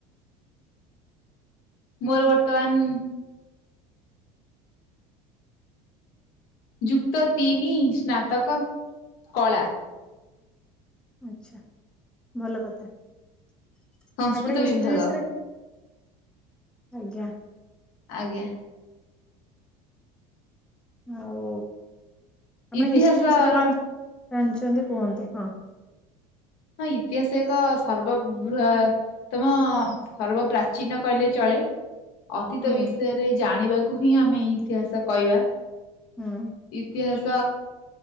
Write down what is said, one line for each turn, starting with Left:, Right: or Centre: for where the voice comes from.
Left: ମୋର ବର୍ତମାନ ଯୁକ୍ତ ତିନି ସ୍ନାତକ କଳା।
Centre: ଆଛା ଭଲ କଥା ଆପଣ
Left: ସଂସ୍କୃତ
Centre: ହିଷ୍ଟ୍ରି
Left: ବିଭାଗ
Centre: ବିଷୟରେ ଆଜ୍ଞା।
Left: ଆଜ୍ଞା।
Centre: ଆଉ ଆପଣ
Left: ଇତିହାସର
Centre: ହିଷ୍ଟ୍ରି ବିଷୟରେ କଣ ଜାଣିଛନ୍ତି କୁହନ୍ତୁ ହଁ?
Left: ହଁ ଇତିହାସ ଏକ ସର୍ବବୃହ ତମ ସର୍ବ ପ୍ରାଚୀନ କହିଲେ ଚଳେ। ଅତୀତ
Centre: ହୁଁ
Left: ବିଷୟରେ ଜାଣିବାକୁ ହିଁ ଆମେ ଇତିହାସ କହିବା।
Centre: ହଁ।
Left: ଇତିହାସ